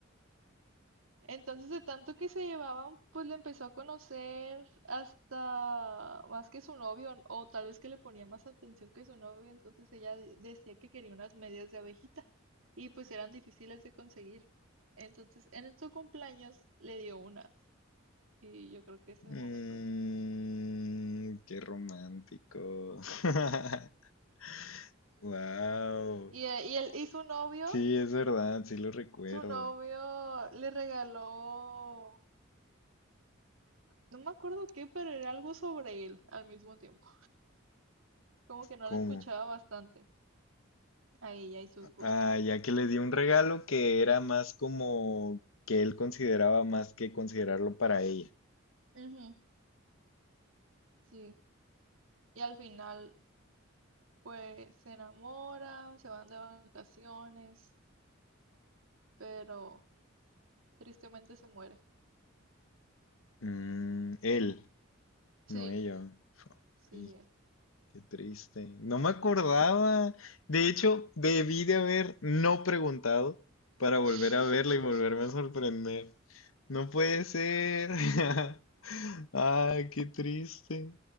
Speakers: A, on the right; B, on the left.
A: Entonces, de tanto que se llevaban, pues le empezó a conocer hasta más que su novio, o tal vez que le ponía más atención que su novio, entonces ella de- decía que quería unas medias de abejita y pues eran difíciles de conseguir. Entonces, en su cumpleaños le dio unas y yo creo que ese
B: Mm,
A: momento dices.
B: qué romántico. <laughs> Wow.
A: Y, eh, y, el, y su novio,
B: Sí, es verdad, sí lo recuerdo.
A: su novio le regaló, no me acuerdo qué, pero era algo sobre él al mismo tiempo, como que no
B: ¿Cómo?
A: la escuchaba bastante. ahí ya hay sus gustos.
B: Ah, ya que le di un regalo que era más como que él consideraba más que considerarlo para ella.
A: Ujú, sí. Y al final, pues se enamoran, se van de vacaciones, pero tristemente se muere.
B: Mm, él.
A: Sí,
B: No ella.
A: sí,
B: Ay,
A: él.
B: qué triste. No me acordaba. De hecho, debí de haber no preguntado para volver
A: <laughs>
B: a verla y volverme a sorprender. No puede ser. <laughs> Ay, qué triste.